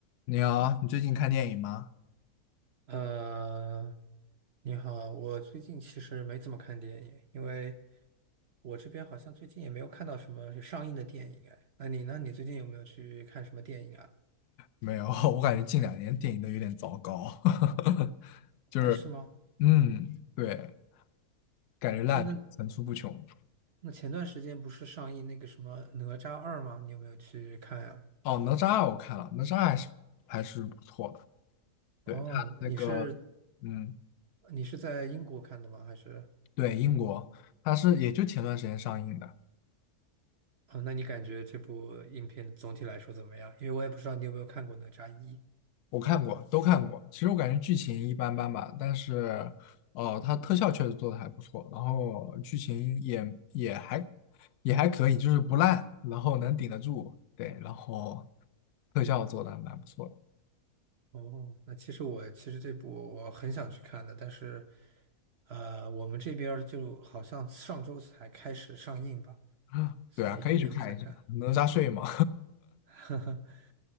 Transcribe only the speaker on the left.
你好，你最近看电影吗？
没有，<laughs> 我感觉近两年电影都有点糟糕，<laughs> 就是，
嗯，对，感觉烂片层出不穷。
哦，哪吒我看了，哪吒还是还是不错的。
对，他那个，
嗯，
对，英国，他是也就前段时间上映的。
我看过，都看过。其实我感觉剧情一般般吧，但是，呃，它特效确实做的还不错，然后剧情也也还也还可以，就是不烂，然后能顶得住。对，然后特效做的还蛮不错的。
<laughs> <sucks teeth>
对啊，可以去看一下《哪吒睡》嘛，